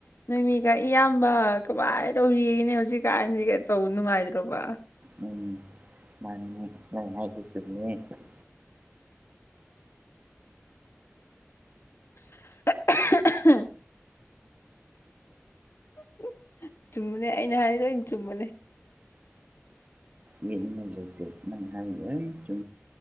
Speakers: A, on the left; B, on the right.
A: ꯅꯣꯏꯃꯤꯒ ꯏꯌꯥꯝꯕ ꯀꯃꯥꯏꯅ ꯇꯧꯔꯤꯒꯅꯦ ꯍꯧꯖꯤꯛꯀꯥꯟꯁꯤꯒ ꯇꯧ ꯅꯨꯡꯉꯥꯏꯗ꯭ꯔꯣꯕ
B: ꯎꯅꯤ ꯑ
A: <unintelligible> ꯎ ꯆꯨꯝꯃꯅꯦ ꯑꯩꯅ ꯍꯥꯏꯗꯝ ꯆꯨꯝꯕꯅꯦ
B: ꯎ ꯅ ꯍꯥꯏꯒ ꯆ